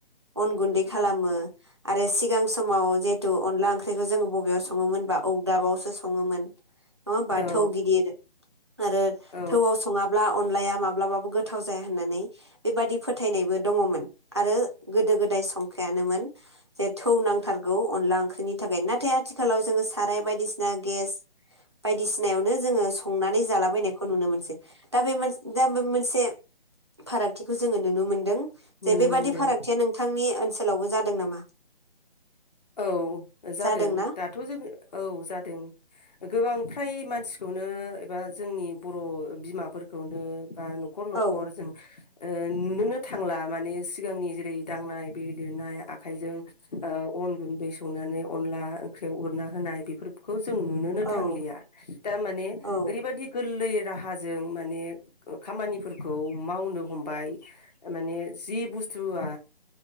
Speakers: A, on the right (about 30°); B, on the left (about 45°).
A: अन गुन्दै खालामो। आरो सिगां समाव जेतु अनला ओंख्रि बेखौ जोङो बबेयाव सङोमोन बा अगदाबावसो सङोमोन। नङा होमबा?
B: औ
A: थौ गिदिर आरो
B: औ
A: थौआव सङाब्ला अनलाया माब ब्लाबाबो गोथाव जाया होननानै बेबादि फोथायनायबो दङमोन आरो गोदो गोदाय संखायानोमोन। जे थौ नांथारगौ अनला ओंख्रिनि थाखाय नाथाय आथिखालाव जोङो साराय बायदिसिना गेस बायदिसिनायावनो जोङो संनानै जालाबायनायखौ नुनो मोनसै दा बे दा बे मोनसे फारागथिखौ जोङो नुनो मोनदों।
B: नुनो
A: जे बेबादि
B: मोनदों
A: फारागथिया नोंथांनि ओनसोलावबो जाद दों नामा?
B: औ जादों
A: जादोंना
B: दाथ' जों, औ जादों। गोबां फ्राय मानसिखौनो एबा जोंनि बर' बिमाफोरखौनो बा न'खर न'खर
A: औ
B: जों ओ नुनोनो थांला माने सिगांनि जेरै दांनाय बिलिरनाय आखाइजों ओ अन गुन्दै सौनानै अनला ओंख्रियाव उरना होनाय बेफोरखौ जों नुनोनो
A: औ
B: थांलिया दा माने
A: औ
B: ओरैबादि गोरलैयै राहाजों माने खामानिफोरखौ मावनो हमबाय माने जि बुस्थुआ